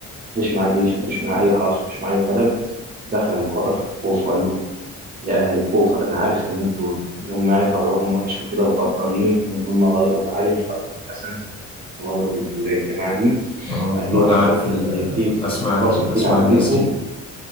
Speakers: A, on the right; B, on the left.
A: مفيش معاه جيش مفيش معاه أي حرس مفيش معاه أي خدم دخل وخطف في الخوف وقال لهم يا أهل الكوفة أنا عارف إن أنتوا إن هم يعني طبعهم وحش وكده وغدارين وإن هم غدروا بعلي وغدروا بالحسن وغدروا بالجماعة دي
B: اه
A: قال
B: انا
A: لهم
B: عارف ال-
A: اللي فيكم
B: اسمع عن
A: راسه
B: ال- اسمع
A: تقيل على
B: عن الناس
A: كتفه
B: دي